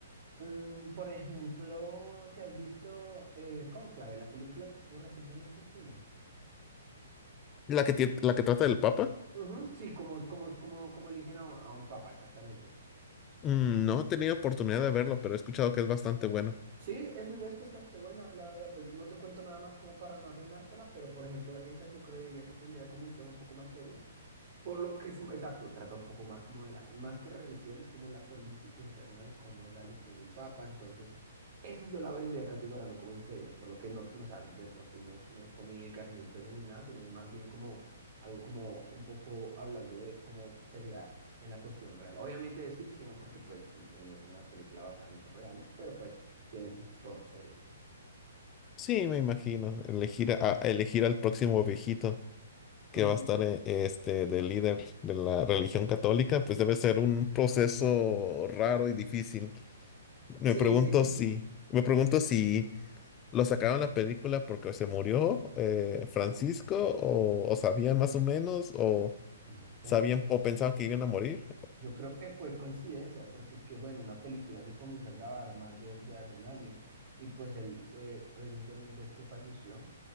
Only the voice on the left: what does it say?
¿La que, tie- la que trata del Papa?
Mm, No he tenido oportunidad de verlo, pero he escuchado que es bastante bueno.
Sí, me imagino. Elegir a, a elegir al próximo viejito que
va a estar eh, este de líder de la religión católica, pues debe ser un proceso raro y difícil. Me
pregunto
si, me pregunto si lo sacaron la película porque se murió eh, Francisco,
o, o sabían más o menos, o
sabían, o pensaban que iban a morir,